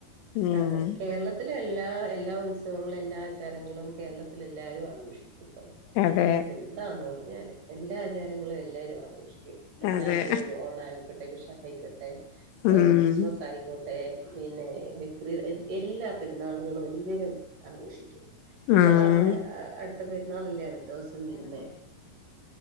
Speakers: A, on the left; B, on the right.
A: ഉം
B: അതെ കേരള ത്തിലെ എല്ലാ എല്ലാ ഉത്സവങ്ങളും എല്ലാ ആചാരങ്ങളും കേരളത്തിലെല്ലാരും ആഘോഷിക്കും ഇപ്പൊ
A: അതെ
B: എന്താണെന്ന് പറഞ്ഞാല് എല്ലാ ആചാരങ്ങളും എല്ലാരും ആഘോഷിക്കും എല്ലാരുടെരു
A: അതെ
B: ഓണയിക്കോട്ടെ വിഷായിക്കോട്ടെ
A: ഉം
B: എഹ് ക്രിസ്മസയിക്കോട്ടെ പിന്നെ ബക്റിദ് എല്ലാ പെരുന്നാളുകളും എല്ലരും ആഘോഷിക്കും ഇനിപ്പ
A: ഉം
B: നാളെ അടുത്ത പെരുന്നാളല്ലേ അടുത്തോസം വരുന്നേ